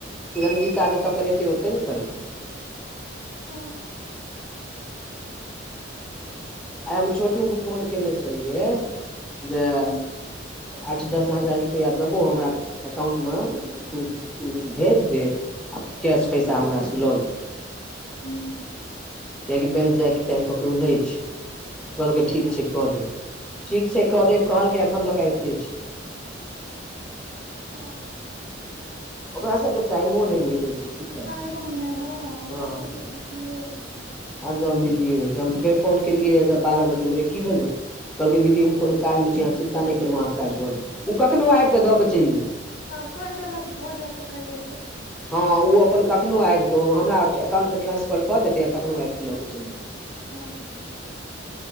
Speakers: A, in the centre; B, on the left.
A: तरंजी जतऽ करेतै ओते ने करेतै
B: ओ
A: आइ हम छोटूके फोन कयने छलियै जे
B: हूँ
A: आठ दस हजार रुपैआ देबौ हमरा एकाउंट मे तु भेज दे आब कैश पैसा हमरा से लो जो
B: हूँ
A: कियकि बैंक जाय के टाइम ककरो नहि छै कहलकै ठीक
B: हँ
A: छै क देब ठीक छै कऽ देब कहलकै एखन तक अबिते छै
B: ह
A: ओकरा सब के टाइमो नहि मिलै छै की करतै
B: तइ गुने हँ एकरदम
A: हँ
B: तऽ बिजी रहै छै
A: एकदम बिजीए रहै छै हम फेर फोन केलियै बारह बजेमे रे की भेलै कहलकै दीदी
B: छै
A: हम कोनो काज में छैह चिन्ता नहि करू अहाँके काज भऽ जा ओ कखननो आबिकऽ दऽ के चलि जेत
B: आब कहि देलक भऽ जायत तऽ कहिये दे
A: हँ ओ अपन कखनो आबि हमरा अकाउंटमे ट्रांसफर कऽ देतै आ कखनो आबि क लऽ कऽ चलि जेतै
B: हँ हँ